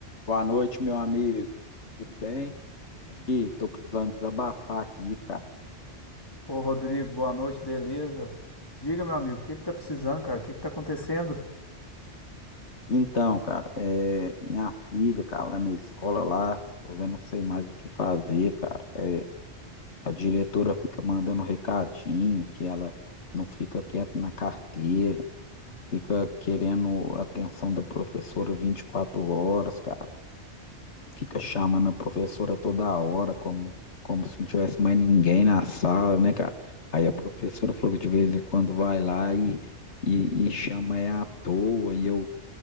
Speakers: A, on the left; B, on the left.
A: Boa noite, meu amigo. Tudo bem? Aqui, tô precisando desabafar aqui, cara.
B: Ô Rodrigo, boa noite, beleza? Diga, meu amigo, o que que tá precisando, cara? O que que tá acontecendo?
A: Então, cara, é, minha filha, cara, lá na escola lá, eu já não sei mais o que fazer, cara. É, a diretora fica mandando recadinho que ela não fica quieta na carteira, fica querendo atenção da professora 24 horas, cara. fica chamando a professora toda hora, como, como se não tivesse mais ninguém na sala, né, cara? Aí a professora falou que de vez em quando vai lá e, e, e chama é à toa. E eu,